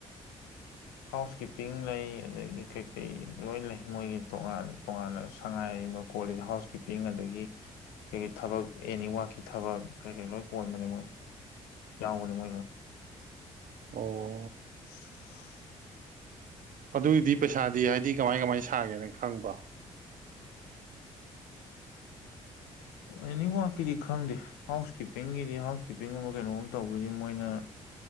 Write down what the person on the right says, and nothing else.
<unintelligible>
ꯑꯣ
ꯑꯗꯨꯒꯤꯗꯤ ꯄꯩꯁꯥꯗꯤ ꯍꯥꯏꯗꯤ ꯀꯃꯥꯏ ꯀꯃꯥꯏꯅ ꯁꯥꯒꯦꯅ ꯈꯪꯕ꯭ꯔꯣ